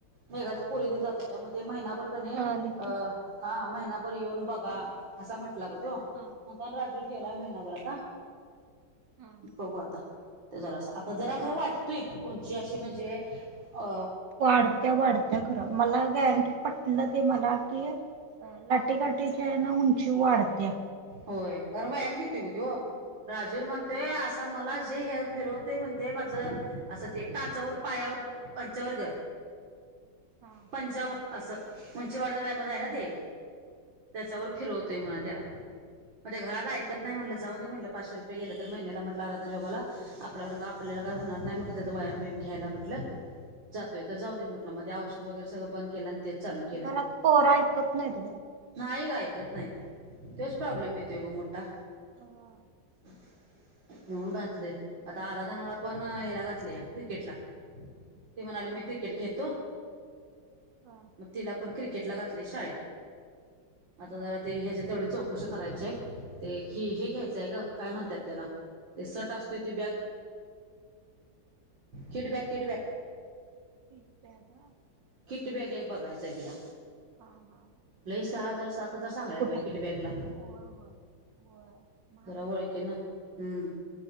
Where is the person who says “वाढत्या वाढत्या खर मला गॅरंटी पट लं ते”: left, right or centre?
Right